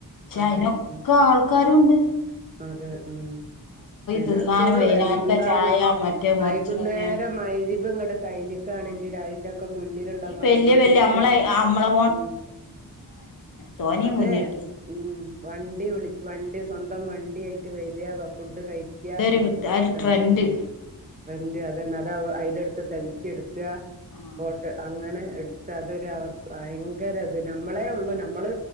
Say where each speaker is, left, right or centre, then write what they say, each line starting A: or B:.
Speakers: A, on the left; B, on the right.
A: ശെ
B: അതെ
A: അയ്നൊക്കെ
B: ഉം
A: ആൾക്കാരൂണ്ട്.
B: അതെ ഉം പിനെ
A: തിന്നാനും
B: ഫുള്ള്
A: വൈന്നേരത്തെ
B: എന്താന്ന്
A: ചായ മറ്റേ
B: വൈകുന്നേരം
A: മറിച്ച് പറഞ്ഞാണ്ട്
B: മഹ്രിബ് ഇങ്ങെട് കയ്ഞ് ക്കാണെങ്കില്
A: ആഹ്
B: അയ്ന്റൊക്കെ മുന്നിലുള്ള
A: ഈ
B: വണ്ടിക്ക്
A: വല്യ വല്യ നമ്മളെ നമ്മളെ
B: ഉം
A: തോനി
B: അതെ
A: മുന്നിട്ട്
B: ഉം വണ്ടി വിളി വണ്ടി സ്വന്തം വണ്ടി ആയിറ്റ് വെരാ ഫുഡ്
A: ഉം
B: കഴ്‌ ക്ക്യാ
A: ഇതൊരു
B: പോവ
A: ഒരു
B: അതെന്നെ
A: ട്രെൻഡ്
B: ഉം. ട്രെന്റ് അതെന്നെ അതാ അയ്ല് എടുക്ക സെൽഫി എട്ക്ക
A: ആഹ്
B: ഫോട്ട അങ്ങനെ എട്ത്ത് അതൊരു അവർക്ക് ഭയങ്കെരെ ഇത് നമ്മളെ ഒള്ളു നമ്മള്